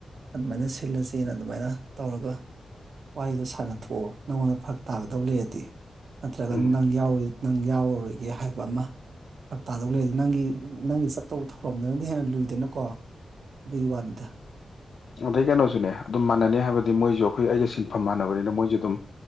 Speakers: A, on the right (about 65°); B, on the left (about 70°).
A: ꯑꯗꯨꯃꯥꯏꯅ ꯁꯤꯜꯂꯁꯦꯅ ꯑꯗꯨꯃꯥꯏꯅ ꯇꯧꯔꯒ ꯋꯥꯔꯤꯗꯣ ꯁꯥꯟꯅ ꯊꯣꯛꯑꯣ ꯅꯪꯉꯣꯟꯗ ꯐꯔꯛ ꯇꯥꯒꯗꯕ ꯂꯩꯔꯗꯤ꯫ ꯅꯠꯇ꯭ꯔꯒ
B: ꯎꯝ
A: ꯅꯪ ꯌꯥꯎ ꯅꯪ ꯌꯥꯎꯔꯔꯣꯏꯒꯦ ꯍꯥꯏꯕ ꯑꯃ꯫ ꯐꯔꯛ ꯇꯥꯗꯧ ꯂꯩ ꯅꯪꯒꯤ ꯅꯪꯒꯤ ꯆꯠꯇꯧꯕ ꯊꯧꯔꯝꯗꯨꯅꯗꯤ ꯍꯦꯟꯅ ꯂꯨꯏꯗꯅꯀꯣ꯫ ꯗꯨꯏꯒꯤ ꯋꯥꯅꯤꯗꯥ
B: ꯑꯗꯩ ꯀꯩꯅꯣꯁꯨꯅꯦ ꯑꯗꯨꯝ ꯃꯥꯟꯅꯅꯤ ꯍꯥꯏꯕꯗꯤ ꯃꯣꯏꯖꯨ ꯑꯈꯣꯏ ꯑꯩꯒ ꯁꯤꯟꯐꯝ ꯃꯥꯟꯅꯕꯅꯤꯅ ꯃꯣꯏꯖꯨ ꯑꯗꯨꯝ